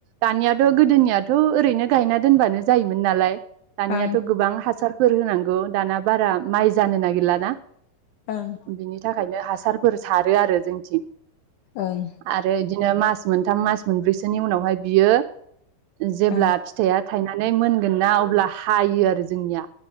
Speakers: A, on the right; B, on the left.
A: दानियाथ' गोदोनियाथ' ओरैनो गायना दोनबानो जायोमोन नालाय दानियाथ'
B: ओं
A: गोबां हासार फोर होनांगौ दाना बारा माइ जानो नागिरलाना
B: ओं
A: बिनि थाखायनो हासार फोर सारो आरो जोंथि
B: ओं
A: आरो <unintelligible> बिदिनो मास मोनथाम मास मोनब्रैसोनि उनावहाय बियो जेब्ला
B: ओं
A: फिथाइया थायनानै मोनगोन ना अब्ला हायो आरो जोंनिया